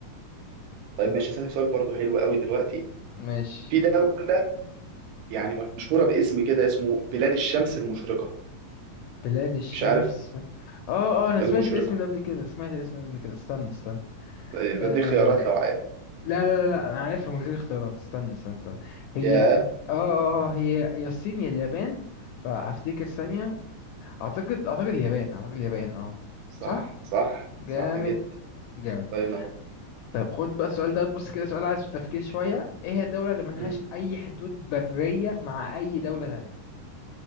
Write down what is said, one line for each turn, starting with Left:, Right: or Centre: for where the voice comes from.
Right: طيب ماشي هسألك سؤال برضو حلو قوي دلوقتي
Left: ماشي
Right: في دولة يعني مشهورة باسم كده اسمه بلاد الشمس المشرقة
Left: بلاد الشمس
Right: مش عارف
Left: اه اه انا
Right: المشرقة
Left: سمعت الاسم ده قبل كده سمعت الاسم ده قبل كده استنى استنى
Right: آه، بديك
Left: آه...
Right: خيارات لو عارف
Left: لا لا لا لا انا عارفها من غير اختيارات استنى استنى استنى هي
Right: ياه
Left: اه اه آه، هي يا الصين يا اليابان فهفتكر ثانية اعتقد اعتقد اليابان اعتقد اليابان اه
Right: صح
Left: صح
Right: صح
Left: جامد
Right: صح جدا
Left: جامد
Right: الله ينور
Left: طيب خد بقى السؤال ده بص كده سؤال عايز تفكير شوية ايه هي الدولة اللي ملهاش
Right: مم.
Left: أي حدود برية مع أي دولة تانية